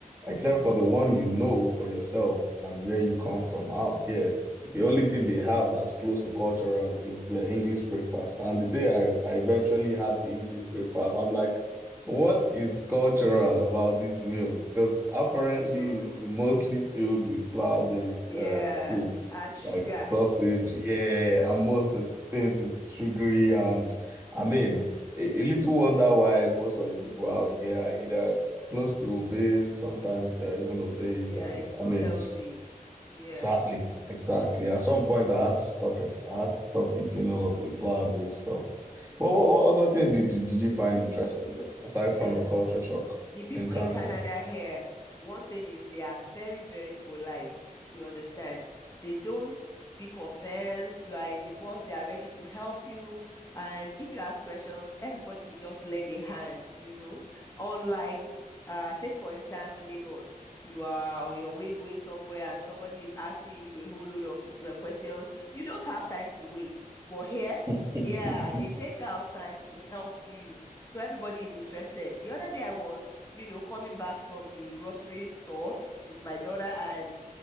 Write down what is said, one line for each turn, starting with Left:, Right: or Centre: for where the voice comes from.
Right: except for the one you know for yourself and where you come from. Out here, the only thing they have that's close to cultural is their English breakfast. And the day I, I eventually had the English breakfast, I'm like, what is cultural about this meal? Because apparently
Left: <laughs>
Right: it's mostly filled with flour-based
Left: Yeah,
Right: uh, food,
Left: and sugar.
Right: like sausage, yeah,
Left: Mm,
Right: and most of the things is sugary and I mean, a, a little wonder why most of the people out here are either close to obese, sometimes they're even obese.
Left: yeah,
Right: And
Left: it's not
Right: I mean,
Left: healthy. Yeah,
Right: exactly,
Left: yeah,
Right: exactly.
Left: yeah,
Right: At some
Left: yeah,
Right: point, I had to stop it. I had to stop eating all of the flour-based stuff.
Left: yeah,
Right: But what, what other thing did, did, did you find interesting, though, aside
Left: yeah.
Right: from the culture shock
Left: the people
Right: in Canada?
Left: in Canada here, one thing is they are very, very polite. You understand? They don't pick offense. You are in the bus, they are ready to help you. And if you ask questions, everybody will just lend a hand, you know. Unlike, uh, take for instance, Lagos. You are on your way going somewhere and somebody is asking you a whole load of uh, questions. You don't have time to wait. But here,
Right: <laughs>
Left: yeah, they take out time to help you. So everybody is interested. The other day I was you know, coming back from the grocery store with my daughter and